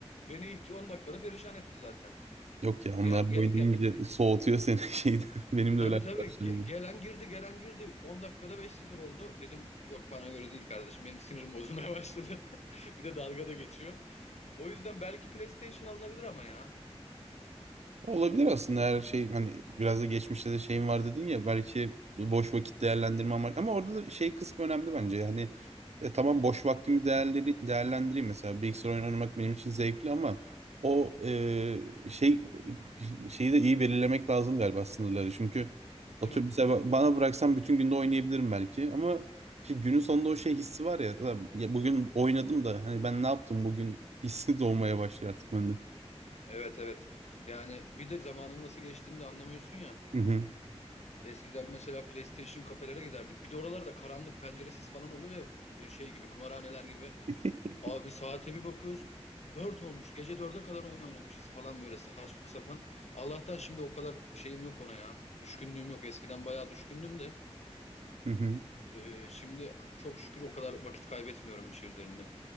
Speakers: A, on the left; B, on the right.
A: Beni ilk 10 dakikada perişan etti zaten.
B: Yok ya onlar
A: Gel gel
B: oynayınca
A: gel.
B: soğutuyor seni <laughs> şeyden. Benim
A: Tabii
B: de öyle arkadaşlarım
A: tabii Ge-
B: var.
A: gelen girdi gelen girdi 10 dakikada 5-0 oldu. Dedim yok bana göre değil kardeşim benim sinirim bozulmaya başladı. <laughs> Bir de dalga da geçiyor. O yüzden belki PlayStation alınabilir ama ya.
B: Olabilir aslında her şey hani biraz da geçmişte de şeyim var dedin ya belki boş vakit değerlendirme amaç ama orada da şey kısmı önemli bence yani e, tamam boş vaktimi değerleri, değerlendireyim mesela bilgisayar oyunu oynamak benim için zevkli ama o e, şey şeyi de iyi belirlemek lazım galiba sınırları çünkü otur
A: Değil mi?
B: mesela ba- bana bıraksan bütün günde oynayabilirim belki ama işte günün sonunda o şey hissi var ya, "Ulan ya bugün oynadım da hani ben ne yaptım bugün hissi <laughs> doğmaya başlıyor artık bende.
A: Evet evet. Yani bir de zamanın nasıl geçtiğini de anlamıyorsun ya.
B: Hı hı.
A: Eskiden mesela PlayStation kafelere giderdik. Bir de oralarda karanlık penceresiz falan oluyor ya e, şey gibi kumarhaneler gibi.
B: <laughs>
A: Abi saate bir bakıyoruz. Dört olmuş. Gece dörde kadar oyun oynamışız falan böyle saçma sapan. Allah'tan şimdi o kadar şeyim yok ona ya. Düşkünlüğüm yok. Eskiden bayağı düşkündüm de.
B: Hı hı.
A: e, şimdi çok şükür o kadar vakit kaybetmiyorum bir şey üzerinde.